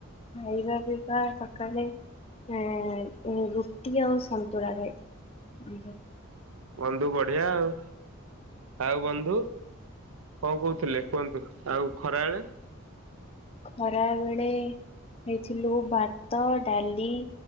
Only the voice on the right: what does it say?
ବନ୍ଧୁ ବଢିଆ ଆଉ। ଆଉ ବନ୍ଧୁ କଣ କହୁଥିଲେ କୁହନ୍ତୁ ଆଉ ଖରାବେେଳେ।